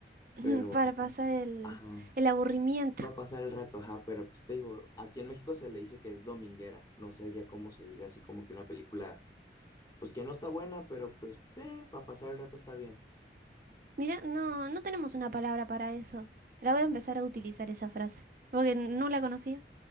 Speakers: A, on the right; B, on the left.
A: <laughs>
B: Pero,
A: para
B: a-
A: pasar
B: as-
A: el,
B: ajá,
A: el aburrimiento.
B: va a pasar el rato, ajá, pero pues te digo, aquí en México se le dice que es dominguera. No sé ya cómo se diga, así como que una película pues que no está buena, pero pues eh, para pasar el rato está bien.
A: Mira, no, no tenemos una palabra para eso. La voy a empezar a utilizar esa frase, porque no la conocía.